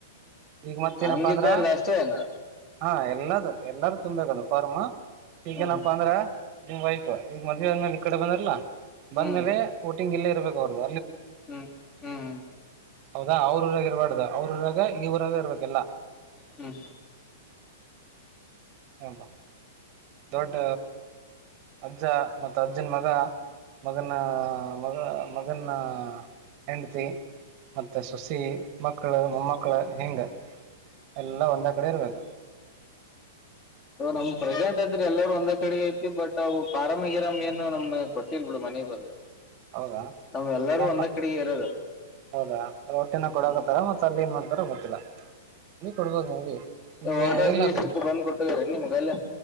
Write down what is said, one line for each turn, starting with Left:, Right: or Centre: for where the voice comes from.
Right: ಈಗ ಮತ್ತೇನಪ್ಪಾ
Left: ಹಂಗಿದ್ದವ್ರದ
Right: ಅಂದ್ರ
Left: ಅಷ್ಟೇನ
Right: ಹಾ ಎಲ್ಲದು ಎಲ್ಲಾರು ತುಂಬಬೇಕದು ಫಾರ್ಮ್ ಈಗೇನಪ್ಪಾ
Left: ಹ್ಮ್
Right: ಅಂದ್ರ ನಿಮ್ ವೈಫ್ ಈಗ ಮದುವ ಆದ್ಮೇಲೆ ಈ ಕಡೆ ಬಂದಾರಲ್ಲ ಬಂದ್ಮೇಲೆ
Left: ಹ್ಮ್ ಹ್ಮ್
Right: ಹೊಟಿಂಗ್ ಇಲ್ಲೇ ಇರಬೇಕು ಅವ್ರದ
Left: ಹ್ಮ್ ಹ್ಮ್
Right: ಹೌದಾ ಅವ್ರೂ ಊರಾಗ ಇರಬಾರ್ದ ಅವ್ರ ಉರಾಗ ಇಉರಾಗ ಇರ್ಬೇಕಲ್ಲ.
Left: ಹ್ಮ್
Right: ಹ ದೊಡ್ಡ ಅಜ್ಜ ಮತ್ತ ಅಜ್ಜನ್ ಮಗ ಮಗನ ಮಗಳ ಮಗನ್ನ ಹೆಂಡತಿ ಮತ್ತೆ ಸೊಸಿ ಮಕ್ಳ ಮೊಮ್ಮಕ್ಳ ಹಿಂಗ ಎಲ್ಲ ಒಂದ ಕಡೆ ಇರ್ಬೇಕ.
Left: ನಮ್ ಪ್ರೆಸೆಂಟ್ ಅ ಆದ್ರೆ ಎಲ್ಲಾರೂ ಒಂದ್ ಕಡೆ ಐತಿ ಬಟ್ ಅವು ಪಾರಂ ಗಿರಾಮ ಏನೂ ನಮ್ ಕೊಟ್ಟಿಲ್ ಬಿಡು ಮನೆಗೆ ಬಂದು
Right: ಹೌದಾ
Left: ನಮವ ಎಲ್ಲರೂ
Right: ಏನಪ್ಪಾ
Left: ಒಂದ ಕಡೆಗೆ ಇರೋದು
Right: ಹೌದಾ ರೋಟಿನ ಕೊಡಕತಾರ
Left: ಹ್ಮ್
Right: ಮತ್ತೆ ಅಲ್ಲಿ ಏನ್ ಮಾಡ್ತಾರ ಗೊತ್ತಿಲ್ಲ. ಅಲ್ಲಿ ಕೊಡ್ಬೋದು ಮೇ ಬಿ
Left: ವೋಟರ್ಸ್
Right: ಈಗ ಎಲ್ಲಕ್
Left: ಲಿಸ್ಟ್ ಬಂದ್ ಕೊಟ್ಟಿದಾರೆ ನಿಮ್ಗ ಅಲ್ಲೇ